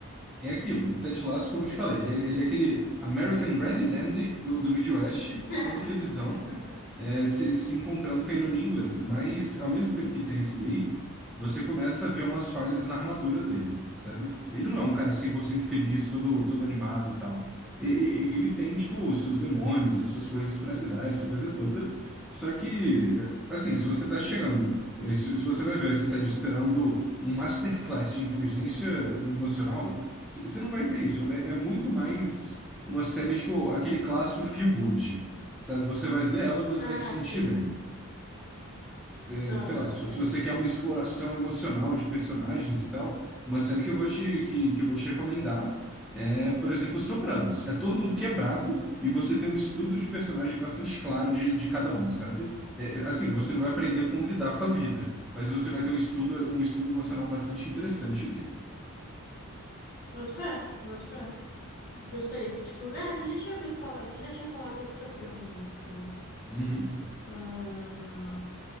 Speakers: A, in the centre; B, on the left.
A: é aquilo, o Ted Lasso, como eu te falei, ele é, ele é aquele American Randy Dandy do, do Midwest,
B: <laughs>
A: todo felizão, é, se, se encontrando com a ironia inglesa. Mas, ao mesmo tempo que tem isso daí, você começa a ver umas falhas na armadura dele, sabe? Ele não é um cara 100% feliz, todo, todo animado e tal. E- e- ele tem, tipo, os seus demônios, as suas coisas para lidar, essa coisa toda. Só que, assim, se você tá chegando, eh, se se você vai ver essa série esperando um masterclass de inteligência emocional, C- Você não vai ter isso. É, é muito mais uma série, tipo, aquele clássico feel good. Sabe? Você vai ver ela e você
B: Ah,
A: vai se sentir
B: sim.
A: bem. Cê-
B: Só,
A: sei lá,
B: boto
A: se,
B: fé.
A: se você quer uma exploração emocional de personagens e tal, uma série que eu vou te, que, que eu vou te recomendar é, por exemplo, Sopranos. É todo mundo quebrado e você tem um estudo de personagem bastante claro de, de cada um, sabe? É, é, assim, você não vai aprender como lidar com a vida, mas você vai ter um estudo, um estudo emocional bastante interessante ali.
B: Boto fé, boto fé. Gostei. Tipo, é, você já tinha ouvido falar, você já tinha falado de Sopranos antes pra mim.
A: Uhum.
B: Ah,